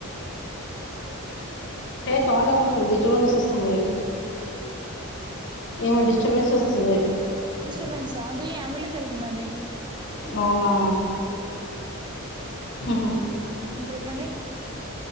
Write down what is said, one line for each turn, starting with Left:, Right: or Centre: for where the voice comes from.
Left: సౌండేం వస్తుంది, డిస్టర్బెన్స్ వస్తుంది. ఏమో డిస్టర్బెన్స్ వస్తుంది.
Right: డిస్టర్బెన్సా అది అంబులెన్స్ వెళ్తుందండి.
Left: అవునా హహా
Right: ఇప్పుడు చెప్పండి.